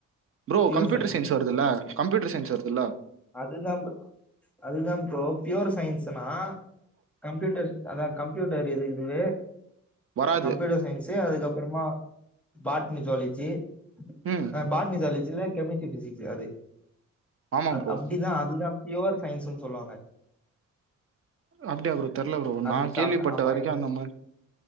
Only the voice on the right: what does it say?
Bro
computer science வருதுல்ல கம்ப்யூட்டர் சயின்ஸ் வருதுல்ல
வராது
ம்
ஆமா
ப்ரோ
அப்டியா ப்ரோ தெர்ல ப்ரோ
நா
கேள்விப்பட்ட
வரக்கி
அந்த மார்